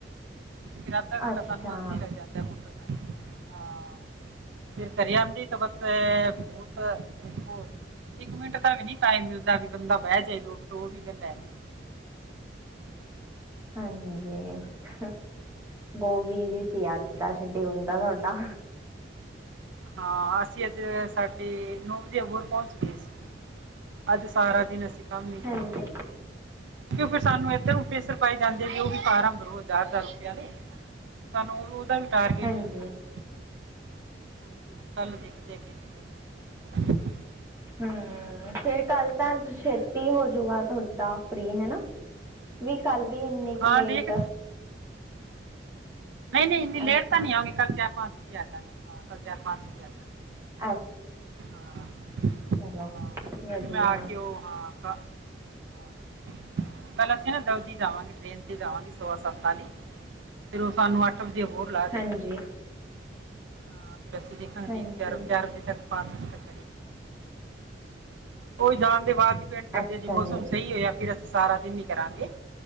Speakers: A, on the right; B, on the right.
A: ਫਿਰ ਅੱਧਾ ਘੰਟਾ
B: ਅੱਛਾ
A: ਸਾਨੂੰ ਆਂਦੇ ਲੱਗ ਜਾਂਦੇ ਏ ਮੋਟਰਸਾਈਕਲ ਤੇ ਹਾਂ ਫਿਰ ਘਰੇ ਆਂਦੀ ਤਾਂ ਬਸ ਐ ਬੋਤ ਦੇਖੋ ਇੱਕ ਮਿੰਟ ਦਾ ਵੀ ਨੀ ਟਾਈਮ ਮਿਲਦਾ ਵੀ ਬੰਦਾ ਬਹਿ ਜੇ ਦੋ ਮਿੰਟ ਉਹ ਵੀ ਗੱਲ ਐ ਨੀ
B: ਹਾਂਜੀ, ਬੋਅ ਬਿਜੀ ਸੀ ਅੱਜ ਦਾ ਸ਼ਡਿਊਲ ਦਾ ਥੋਡਾ
A: ਹਾਂ ਅਸੀਂ ਅੱਜ ਸਾਢੇ ਨੌ ਵਜੇ ਹੋਰ ਪਹੁੰਚ ਗਏ ਸੀ ਅੱਜ ਸਾਰਾ ਦਿਨ ਅਸੀਂ ਕੰਮ ਈ
B: ਹਾਂਜੀ
A: ਕੀਤਾ ਐ ਕਿਉਂ ਫਿਰ ਸਾਨੂੰ ਏਧਰੋ ਪਰੇਸਰ ਪਾਏ ਜਾਂਦੇ ਜੋ ਵੀ ਫਾਰਮ ਭਰੋ ਹਜ਼ਾਰ-ਹਜਾਰ ਰੁਪਏ ਆਲੇ ਸਾਨੂੰ ਉਹ ਉਹਦਾ ਵੀ
B: ਹਾਂਜੀ।
A: ਹੁੰਦਾ ਹੈ ਹਾਂਜੀ ਹੁਨ ਕੱਲ ਦੇਖਦੇ ਆ ਕਿਵੇਂ ਕਰਨਾ ਹੈ, ਕਿਵੇਂ ਕਰਾਂਗੇ
B: ਹੂੰ ਫੇਰ ਕੱਲ ਤਾਂ ਛੇਤੀ ਹੋ ਜੂਗਾ ਥੋਡਾ ਫਰੀ ਹੈਨਾ। ਨੀ ਕੱਲ ਵੀ ਇੰਨੀ ਕ
A: ਹਾਂ
B: ਲੇਟ
A: ਦੇਖ ਨਈ-ਨਈ ਇੰਨੀ ਲੇਟ
B: ਅੱਛਾ
A: ਤਾਂ ਨੀ ਆਵਾਗੀ ਕੱਲ੍ਹ ਚਾਰ-ਪੰਜ ਵਜੇ ਆ ਜਾਗੀ ਹਾਂ ਕੱਲ ਚਾਰ-ਪੰਜ ਵਜੇ ਆ ਜਾਗੇ।
B: ਅੱਛ
A: ਹਾਂ, ਹਾਂ
B: ਚਲੋ
A: ਕਿਉਂਕਿ
B: ਵਧੀਆ
A: ਮੈਂ ਆ ਕੇ ਉਹ ਹਾਂ ਹਾਂ ਕੱਲ ਅਸੀਂ ਨਾ ਜਲਦੀ ਜਾਵਾਂਗੇ ਟ੍ਰੇਨ 'ਤੇ ਜਾਵਾਂਗੇ ਸੋਵਾ ਸੱਤ ਆਲੀ, ਫੇਰ ਉਹ ਸਾਨੂੰ ਅੱਠ ਵਜੇ ਅਬੋਹਰ ਲਾ ਦਿੰਦੀ
B: ਹਾਂਜੀ
A: ਐ, ਹਾਂ ਫਿਰ ਅਸੀਂ ਦੇਖਾਂਗੇ
B: ਹਾਂਜੀ
A: ਤਿੰਨ-ਚਾਰ, ਚਾਰ ਵਜੇ ਤੱਕ ਪੰਜ ਵਜੇ ਕਰੇ ਉਹ ਜਾਣ ਦੇ ਬਾਅਦ ਈ ਪੇਡ ਕੱਟੇ
B: ਅੱਛਾ
A: ਜੇ ਮੌਸਮ
B: ਜੀ
A: ਸਈ ਹੋਇਆ ਫਿਰ ਅਸ ਸਾਰਾ ਦਿਨ ਈ ਕਰਾਂਗੇ